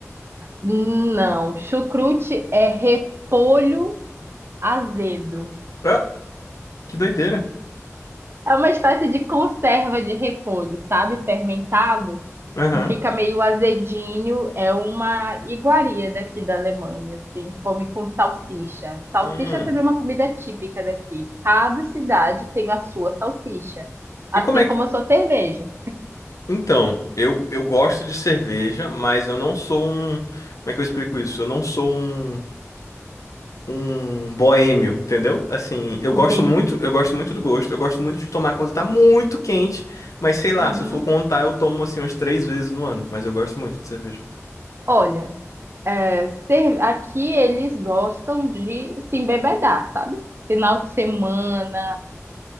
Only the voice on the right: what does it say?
Não, chucrute é repolho Azedo.
É uma espécie de conserva de repolho, sabe? Fermentado.
E fica meio azedinho. É uma iguaria daqui da Alemanha, assim. Come com salsicha. Salsicha
também é uma comida típica daqui. Cada cidade tem a sua salsicha. Assim
como
a sua cerveja.
Entendi.
Uhum.
Olha, é, cer- aqui eles gostam de se embebedar, sabe? Final de semana